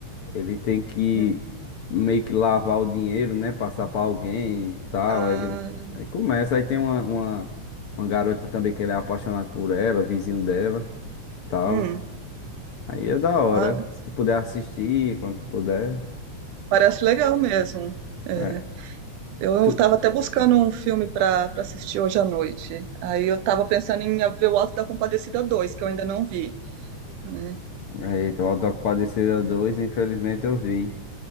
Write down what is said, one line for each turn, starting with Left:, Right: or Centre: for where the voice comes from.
Left: Ele tem que
Right: Hum.
Left: meio que lavar o dinheiro, né? Passar pra alguém e tal.
Right: Ah,
Left: Aí, ele, aí começa. Aí tem uma, uma, uma garota também que ele é apaixonado por ela, vizinho dela, tal.
Right: hum.
Left: Aí é da hora.
Right: Ah,
Left: Se tu puder assistir, quando tu puder.
Right: parece legal mesmo. É.
Left: É,
Right: Eu
Left: tu...
Right: estava até buscando um filme para para assistir hoje à noite. Aí eu estava pensando em ver o Alto da Compadecida dois, que eu ainda não vi, né?
Left: Eita, o Auto da Compadecida 2, infelizmente eu vi.